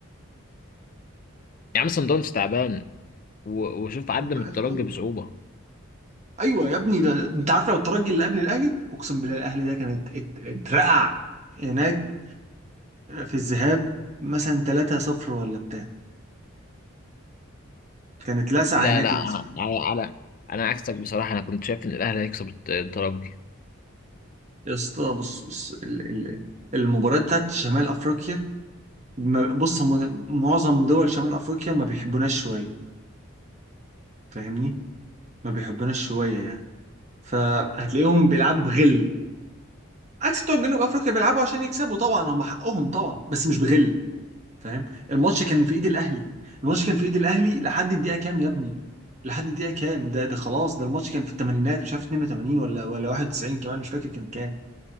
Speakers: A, on the left (about 40°); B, on the right (about 30°).
A: يا عم سان داونز تعبان و- وشوف عدى
B: ما
A: من
B: بقاش
A: الترجي
B: قوي
A: بصعوبه
B: ايوه يا ابني ده انت عارف لو الترجي اللي قبل الاهلي اقسم بالله الاهلي ده كانت ات- ات- اترقع هناك في الذهاب مثلا 3-0 ولا بتاع كانت لسع
A: لا
B: هناك
A: لا
B: ال-
A: على على انا عكسك بصراحه انا كنت شايف ان الاهلي هيكسب الت- الترجي
B: يا اسطى بص بص ال ال المباريات بتاعت شمال افريقيا ما- بص هم معظم دول شمال افريقيا ما بيحبوناش شويه فاهمني ما بيحبوناش شويه يعني فهتلاقيهم بيلعبوا بغل عكس بتوع جنوب افريقيا بيلعبوا عشان يكسبوا طبعا هم حقهم طبعا بس مش بغل فاهم الماتش كان في ايد الاهلي الماتش كان في ايد الاهلي لحد الدقيقه كام يا ابني لحد الدقيقه كام ده ده خلاص ده الماتش كان في الثمانينات مش عارف 82 ولا ولا 91 كمان مش فاكر كان كام